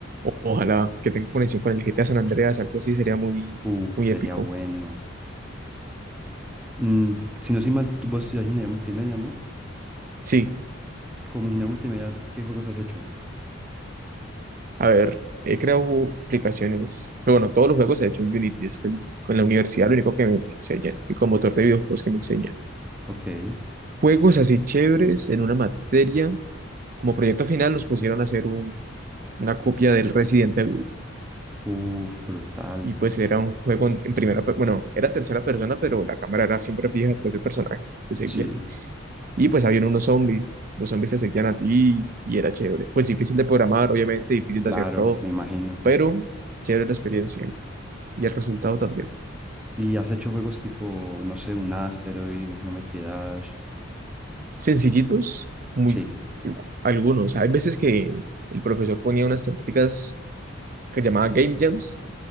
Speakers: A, on the right; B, in the centre.
A: Ojalá que tenga conexión con el GTA San Andreas, algo así sería muy,
B: Uh,
A: muy
B: sería
A: épico.
B: bueno. Mm, si no soy mal, tú- vos estudias ingeniería multimedia, ¿no?
A: Sí,
B: Como ingeniero multimedia, ¿qué juegos has hecho?
A: a ver, he creado ju- aplicaciones, pero bueno, todos los juegos se han hecho en Unity, este es el único- en la universidad lo único que me, me enseñan, y con motor de videojuegos que me enseñan.
B: Ok.
A: Juegos así chéveres en una materia, como proyecto final nos pusieron a hacer un, una copia del Resident Evil,
B: Uf, brutal.
A: y pues era un juego en, en primera, per- bueno, era tercera persona, pero la cámara era siempre fija detrás del personaje, te seguía.
B: Sí,
A: Y pues habían unos zombies. Los zombies se seguían a ti y era chévere. Pues difícil de programar, obviamente, difícil de
B: claro,
A: hacer todo,
B: me imagino.
A: pero chévere la experiencia y el resultado también.
B: ¿Y has hecho juegos tipo, no sé, un Asteroid, un Geometry Dash?
A: Sencillitos, muy
B: Sí,
A: algunos. Hay veces que el profesor ponía unas temáticas que llamaba Game Jams,